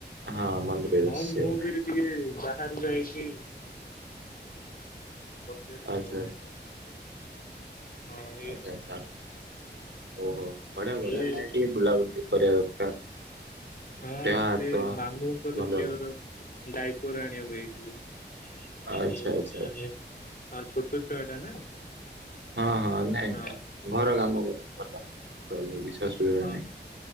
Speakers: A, on the right; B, on the left.
A: ହଁ ମନ୍ଦିରରେ
B: ହଁ
A: ବସିଛି
B: ମୁଁ
A: ଏବେ
B: ବି ଟିକେ ବାହାରୁକୁ ଆଇଛି ବଜାରରୁ
A: ଆଚ୍ଛା
B: ସଉଦା କିଣାକିଣି ପାଇଁ ହଁ ଏଇନେ
A: ଆଚ୍ଛା ଆଚ୍ଛା ଓହୋ ବଢିଆ ବଢିଆ
B: ଏଇ
A: ନାଇ ଟିକେ ବୁଲାବୁଲି କରିବା ଦରକାର
B: ହଁ
A: ଦେହ ହାତ
B: ସେ ମାମୁଁଙ୍କର
A: ଭଲ ରହିବ।
B: ଝିଅର ଡାଇପର ଆଣିବାକୁ ଯାଇଥିଲି ସିଏ
A: ଆଚ୍ଛା ଆଚ୍ଛା
B: ମାନେ
A: ଆଚ୍ଛା
B: ହ ଛୋଟ ଛୁଆଟା ନା
A: ହଁ ହଁ ନାଇଁ
B: ହଁ
A: ନାଇଁ ଘର କାମ କର ଭଲ। ରହିବା କିଛିସୁବିଧା
B: ହଁ
A: ନାହିଁ